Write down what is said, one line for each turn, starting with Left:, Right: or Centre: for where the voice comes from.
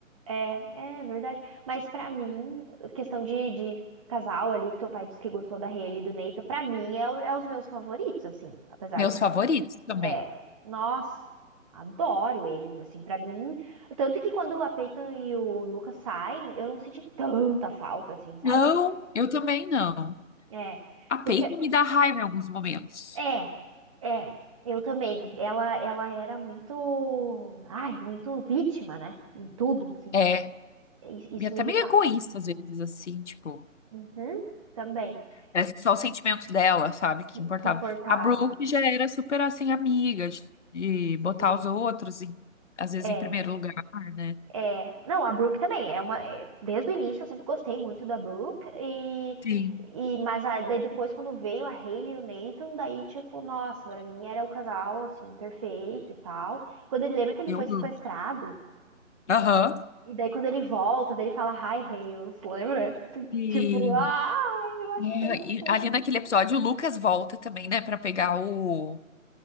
Right: É, é verdade. Mas pra mim, questão de, de casal ali, que teu pai disse que gostou da Hailey e do Nathan, pra mim é, o- é os meus favoritos, assim. Apesar
Left: meus
Right: de
Left: favoritos também.
Right: é, nossa, adoro eles, assim, pra mim. Tanto que quando a Peyton e o Lucas saem, eu não senti tanta falta, assim, sabe?
Left: Não, eu também não.
Right: É,
Left: A
Right: porque,
Left: peita me dá raiva em alguns momentos.
Right: é, é, eu também. Ela, ela era muito, ai, muito vítima, né? Em tudo, assim.
Left: É,
Right: Isso, isso
Left: e até
Right: me irritava.
Left: meio egoísta às vezes, assim, tipo.
Right: Uhum, também,
Left: Parece que só o sentimento dela, sabe,
Right: que,
Left: que importava.
Right: que importava,
Left: A Brooke já era super, assim, amiga de, de botar
Right: sim.
Left: os outros, em- às vezes,
Right: É.
Left: em primeiro lugar, né?
Right: É, não, a Brooke também é uma, é, desde o início eu sempre gostei muito da Brooke e,
Left: Sim,
Right: e mas a- daí depois quando veio a Hailey e o Nathan, daí tipo, nossa, pra mim era o casal assim perfeito e tal. Quando ele lembra que ele
Left: eu
Right: foi
Left: amo.
Right: sequestrado
Left: Aham.
Right: e daí quando ele volta, daí ele fala Hi Hales, lembra?
Left: E,
Right: Tipo, ai, eu acho
Left: é,
Right: tão
Left: e
Right: fofo.
Left: ali naquele episódio, o Lucas volta também, né, pra pegar o,